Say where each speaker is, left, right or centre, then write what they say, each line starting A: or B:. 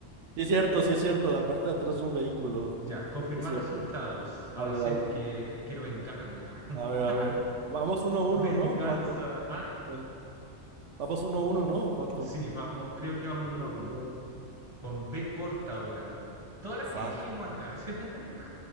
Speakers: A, on the right; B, on the right.
A: Sí es cierto,
B: <laughs>
A: sí es cierto, la parte de atrás es un vehículo.
B: Ya, confirmar
A: Es cierto.
B: resultados. Avancemos,
A: Dale, dale.
B: que quiero vengarme. ah. <laughs>
A: A ver, a ver. Vamos uno a uno,
B: Venganza.
A: ¿no? ¿Cuánto?
B: Ah,
A: En- Vamos uno a uno, ¿no? ¿Cuánto?
B: sí, vamos, creo que vamos
A: Puto
B: uno a uno.
A: duro.
B: Con B corta ahora. Todas las
A: Fuck.
B: que dijimos antes. <laughs>